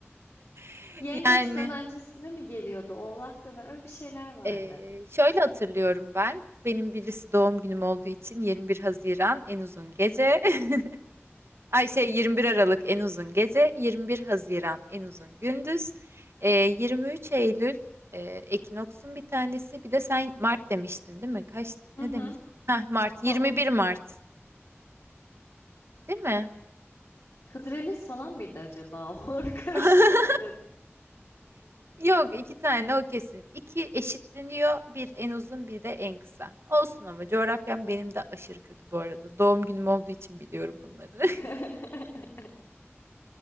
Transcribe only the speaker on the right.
<laughs>
Yani
eee, şöyle hatırlıyorum ben. Benim birisi doğum günüm olduğu için 21 Haziran en uzun gece. <laughs> Ay şey 21 Aralık en uzun gece. 21 Haziran en uzun gündüz. Eee, 23 Eylül eee, ekinoksun bir tanesi. Bir de sen Mart demiştin değil mi? Kaç
ne
demiştin? Heh, Mart 21
Mart değil mi?
<laughs>
Yok iki tane o kesin. İki eşitleniyor. Bir en uzun bir de en kısa. Olsun ama coğrafyam benim de aşırı kötü bu arada. Doğum günüm olduğu için biliyorum
bunları.
<laughs>